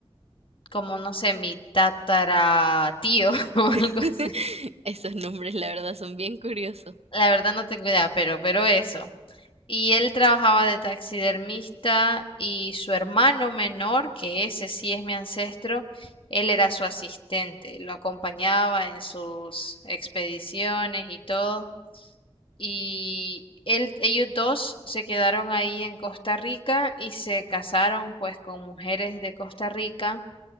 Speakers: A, on the left (about 55°); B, on the right (about 75°).
A: como no sé, mi tataratío <laughs> o
B: <laughs>
A: algo así.
B: Esos nombres, la verdad, son bien curiosos.
A: La verdad no tengo idea, pero, pero eso. Y él trabajaba de taxidermista y su hermano menor, que ese sí es mi ancestro, él era su asistente, lo acompañaba en sus expediciones y todo. Y él, ellos dos se quedaron ahí en Costa Rica y se casaron pues con mujeres de Costa Rica